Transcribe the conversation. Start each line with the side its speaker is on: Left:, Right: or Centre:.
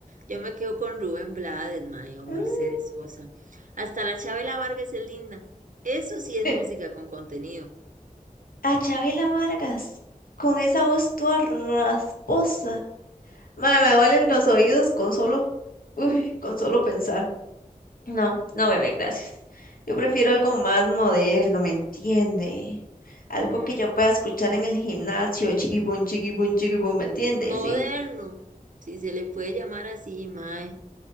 Right: Yo me quedo con Rubén Blades, mae, o Mercedes
Left: Mm.
Right: Sosa. Hasta la Chabela Vargas es linda. Eso sí es
Left: <laughs>
Right: música con contenido.
Left: A Chabela Vargas, con esa voz toda rasposa. Mae, me duelen los oídos con solo, uy, con solo pensar. No, no, bebé, gracias. Yo prefiero algo más moderno, ¿me entiende? Algo
Right: Mm,
Left: que yo pueda escuchar en el gimnasio, chiquibum, chiquibum, chiquibum, ¿me entiende?
Right: Moderno,
Left: Sí.
Right: si se le puede llamar así, mae.